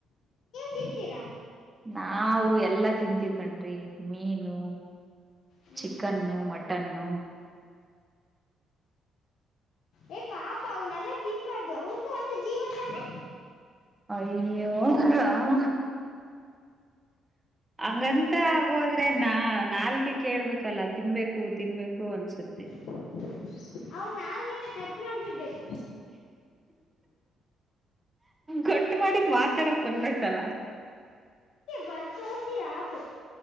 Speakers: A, on the left; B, on the right.
A: ತಿನ್ ತರ
B: ನಾವವು ಎಲ್ಲಾ ತಿಂತೀವಿ್ಕೊಂಡ್ರಿ ಮೀನು
A: ಹ್ಮ್
B: ಚಿಕನ್ನುನ್ನು ಮಟನ್ನು
A: ಏ ಪಾಪ ಅವನ್ನೆಲ್ಲ ತಿನ್ಬಾರ್ದು ಅಕೂ ಒಂದು ಜೀವತಾನೇ
B: ಅಯ್ಯೋ ಆಾಮ ಹಂಗಂತ ಹೋದ್ರೆ ನಾ ನಾಲ್ಗೆ ಕೇಳ್ಬೇಕಲ್ಲ ತಿನ್ಬೇಕು ತಿನ್ಬೇಕು ಅನ್ಸುತ್ತೆ
A: ಹ ಕಲ್ಗೆ ಕಟ್ ಮಾಡಿಬಿಡ್ಬೇಕು
B: ಗಟ್ಟ ಮಾಡಿ ಮಾತಾಡಕ್ ಬಂದಬೇಕಕ್ಲ್ಲ
A: ಬರ್ತೋಸಿರಾತು